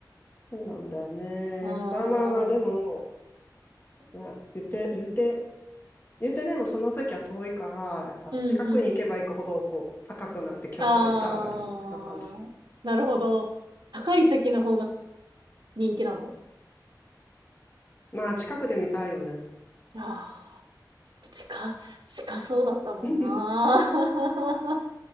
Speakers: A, on the left; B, on the right.
A: そうなんだよね。
B: ああ、
A: まあまあまあ、でも、まあ、言って、言って、言ってでもその席は遠いから、やっぱ近くに行けば行くほど、
B: うんうん
A: こう、高くなって競争率は上がるみたいな感じ。
B: あー、なるほど。高い席の方が人気なの
A: まあ、近くで見たいよね。
B: ああー、近、近そうだったもんな。
A: <laughs>